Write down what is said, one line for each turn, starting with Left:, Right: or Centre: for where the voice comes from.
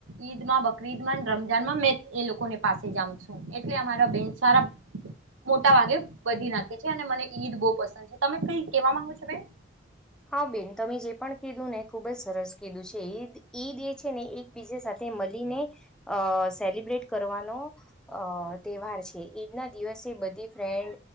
Right: ઈદમાં બકરીદમાં રમ રમજાન માં એ લોકોની પાસે જામ છું એટલે અમારા બેન સારા મોટા ભાગે બધી નાખે છે, અને મને ઈદ બહુ પસંદ છે તમે કઈ કેવા માંગો છો બેન
Centre: હા બેન તમે જે પણ કીધું ને ખુબ જ સરસ કીધું છે, ઈદ ઈદ એ છે ને એક બીજે સાથે મળીને અ સેલિબ્રેટ કરવાનો અ તહેવાર છે ઈદ ના દિવસે બધી ફ્રેન્ડ